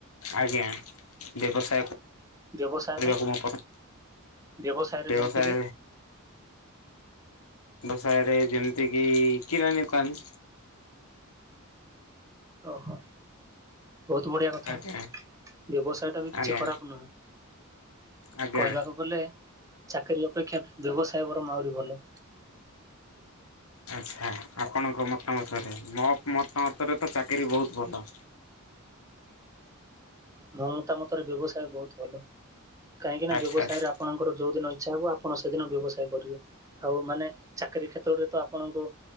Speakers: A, on the left; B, on the right.
A: ଆଜ୍ଞା ବ୍ୟବସାୟ
B: ବ୍ୟବସାୟରେ
A: କରିବାକୁ ମୁଁ ପସନ୍ଦ
B: ବ୍ୟବସାୟରେ
A: ବ୍ୟବସାୟ
B: ଯେମିତିକି
A: ବେବସାୟ ରେ ଯେମିତିକ କିରାଣି କାନ
B: ଓହୋ। ବହୁତ ବଢିଆ କଥା
A: ଆଜ୍ଞା
B: ବ୍ୟବସାୟ ଟା ବି କିଛି
A: ଆଜ୍ଞା
B: ଖରାପ ନୁହେଁ।
A: ଆଜ୍ଞା
B: କହିବାକୁ ଗଲେ ଚାକିରିୀ ଅପେକ୍ଷା ବ୍ୟବସାୟ ବାରଙ୍ଗ ଆହୁରି ଭଲ।
A: ଆଚ୍ଛା ଆପଣଙ୍କ ମତାମତରେ ମୋ ମତାମତରେ ତ ଚାକିରି ବହୁତ ଭଲ।
B: ମୋ ମତା ମତରେ ବ୍ୟବସାୟ ବହୁତ ଭଲ କାହିଁକି ନା
A: ଆଚ୍ଛା
B: ବ୍ୟବସାୟରେ
A: ଆଚ୍ଛା
B: ଆପଣଙ୍କର ଯୋଉଦିନ ଇଛା ହବ ଆପଣ ସେଦିନ ବ୍ୟବସାୟ କରିବେ। ଆଉ ମାନେ ଚାକିରୀ କ୍ଷେତ୍ରରେ ତ ଆପଣଙ୍କୁ